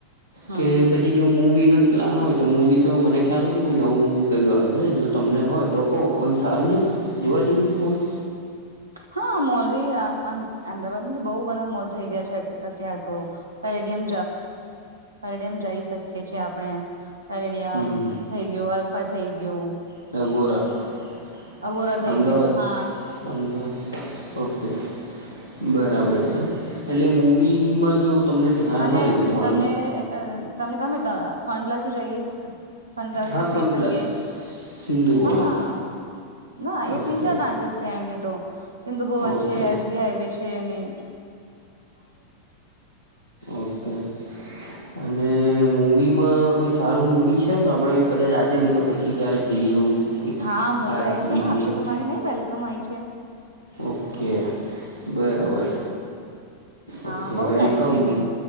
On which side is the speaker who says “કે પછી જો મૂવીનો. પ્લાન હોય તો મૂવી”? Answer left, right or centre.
Left